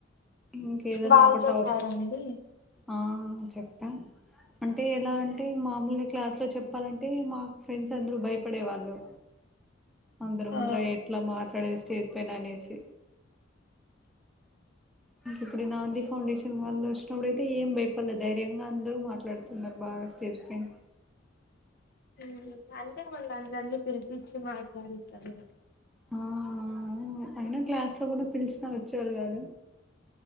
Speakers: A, in the centre; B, on the left.
A: ఇంకేదన్నా
B: బాగా
A: ఒక
B: చెప్పారండి
A: టాప్ ఆ అ చెప్ అం అంటే ఎలా అంటే మామూలుగా క్లాస్ లో చెప్ప చెప్పాలంటే మా ఫ్రెండ్స్ అందరు భయపడేవాళ్ళు అందరి ముందర
B: ఆ
A: ఎట్లా మాట్లాడే స్టేజ్ పైన అనేసి ఇంక ఇప్పుడు నాంది ఫౌండేషన్ వాళ్ళు వచ్చినప్పుడయితే ఏం భయపడల ధైర్యంగా అందరు మాట్లాడుతున్నారు బాగా స్టేజ్ పైన
B: ఊ అంతే వాళ్లు అందరిని పిలిపించి మాట్లాడిస్తరు.
A: ఆఆఆ ఆ అయినా క్లాస్ లో కూడా పిలిచిన వచ్చేవాళ్ళు కాదు